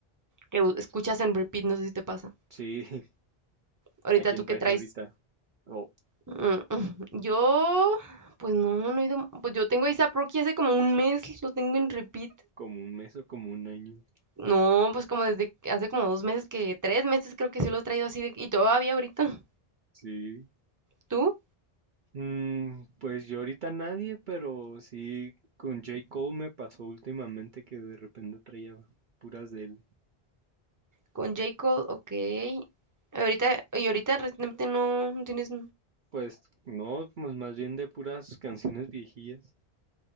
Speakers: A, on the right; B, on the right.
A: que u- escuchas en repeat, no sé si te pasa.
B: Sí, <laughs>
A: Ahorita
B: ¿a quién
A: tú
B: traes
A: qué traes.
B: ahorita? O
A: Mm, mm. <laughs> Yo, pues no, no he ido. Pues yo tengo a ASAP Rocky hace como un mes, lo tengo en repeat.
B: como un mes o como un año.
A: No, pues como desde que- hace como dos meses, que tres meses creo que sí lo he traído así de, y todavía ahorita.
B: Sí.
A: ¿Tú?
B: Mm, pues yo ahorita nadie, pero sí con J. Cole me pasó últimamente que de repente traía puras de él.
A: Con J. Cole, ok. Ahorita, y ahorita recientemente no, no tienes.
B: Pues no, pues más bien de puras canciones viejillas